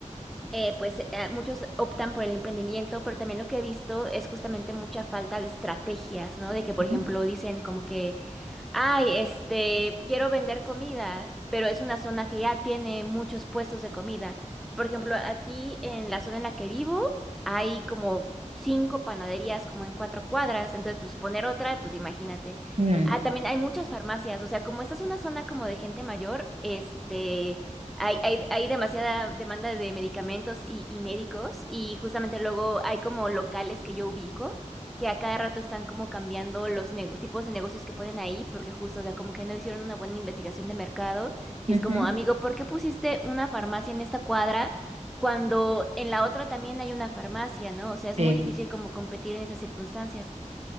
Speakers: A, in the centre; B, on the right.
A: eh, pues eh, muchos optan por el emprendimiento, pero también lo que he visto es justamente mucha falta de estrategias, ¿no? De que, por ejemplo,
B: Ujú,
A: dicen como que Ay, este, quiero vender comida, pero es una zona que ya tiene muchos puestos de comida. Por ejemplo, aquí en la zona en la que vivo hay como cinco panaderías como en cuatro cuadras, entonces pues poner otra, pues imagínate.
B: ujú,
A: Ah, también hay muchas farmacias, o sea, como esta es una zona como de gente mayor, este, hay, hay, hay demasiada demanda de medicamentos y, y médicos y justamente luego hay como locales que yo ubico que a cada rato están como cambiando los nego- tipos de negocios que ponen ahí, porque justo, o sea, como que no hicieron una buena investigación de mercado y
B: ujú,
A: es como,
B: ujú.
A: amigo, ¿por qué pusiste una farmacia en esta cuadra cuando en la otra también hay una farmacia, ¿no? O sea, es
B: Sí.
A: muy difícil como competir en esas circunstancias.